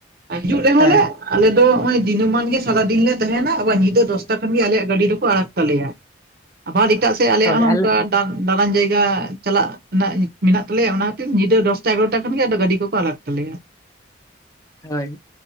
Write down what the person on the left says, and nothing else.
ᱦᱮᱸ
ᱦᱳᱭ
ᱟᱞᱮ
ᱦᱚᱭ